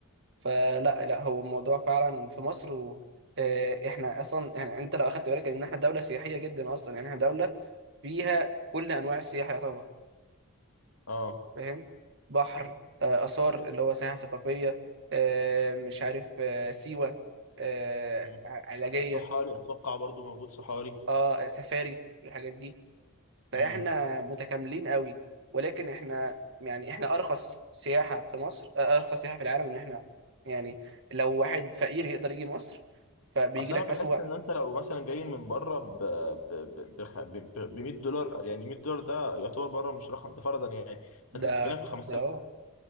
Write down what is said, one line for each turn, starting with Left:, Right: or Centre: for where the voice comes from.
Right: فلا لا هو الموضوع فعلا في مصر و آه، احنا اصلا يعني انت لو اخدت بالك ان احنا دولة سياحية جدا اصلا يعني احنا دولة فيها كل انواع السياحة يعتبر
Left: اه
Right: فاهم بحر آه، آثار اللي هو سياحة ثقافية آه، مش عارف آه، سيوة آه،
Left: امم
Right: علاجية
Left: وصحاري اتوقع برضو موجود صحاري
Right: اه سفاري والحاجات دي فاحنا
Left: امم
Right: متكاملين قوي ولكن احنا يعني احنا ارخص سياحة في مصر آه، ارخص سياحة في العالم ان احنا يعني لو واحد فقير يقدر يجي مصر فبيجي
Left: اصل
Right: لك
Left: انا بحس
Right: اسوأ
Left: ان انت لو مثلا جاي
Right: مم.
Left: من بره ب ب ب بخ- ب ب 100 دولار يعني 100 دولار ده يعتبر بره مش رقم ده فرضا يعني
Right: ده
Left: انت بتتكلم في 5000
Right: ده اه